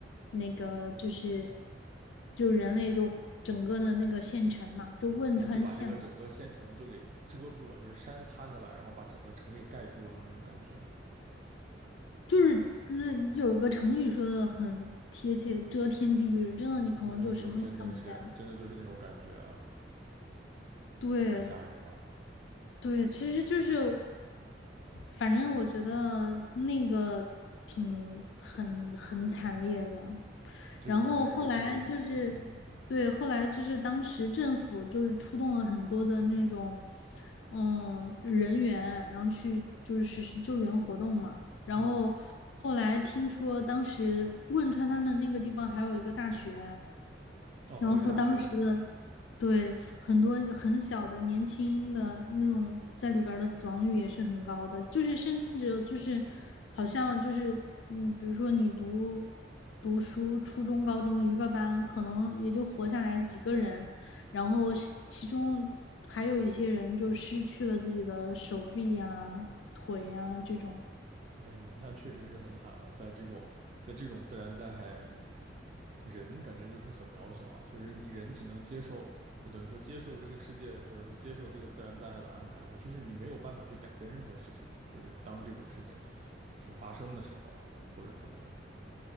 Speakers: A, on the left (about 80°); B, on the right (about 40°).
A: 那个就是就人类就整个的那个县城嘛，就汶川县。
B: <laughs> 啊，就把这个整个县城就给遮住了，就是山塌下来，然后把整个城给盖住了那种感觉。
A: 就是呃，有个成语说的很贴切，遮天蔽日，真的你可能就什么都看不见了。
B: 哎呦，真的是，真的就是那种感觉啊，
A: 对，
B: 太吓人了，
A: 对，其实就是，反正我觉得那个挺很很惨烈的。
B: 就是感觉人人，
A: 然后后来就是，
B: 嗯
A: 对，后来就是当时政府就是出动了很多的那种，嗯，人员，然后去就是实施救援活动嘛。然后后来听说当时汶川他们那个地方还有一个大学，
B: 嗯，哦，还有一个大学，
A: 然后说当时的，对，很多很小的年轻的那种在里边儿的死亡率也是很高的，就是甚至就是好像就是嗯，比如说你读读书，初中、高中一个班，可能也就活下来几个人，然后是其中还有一些人就失去了自己的手臂呀、腿呀这种。
B: 哎，那确实是很惨了，在这种在这种自然灾害里，人感觉就是很渺小啊，就是你人只能接受，就等于说接受这个世界，或者说接受这个自然灾害的安排了，就是你没有办法去改变任何事情了，就是当这种事情说发生的时候啊，或者怎么样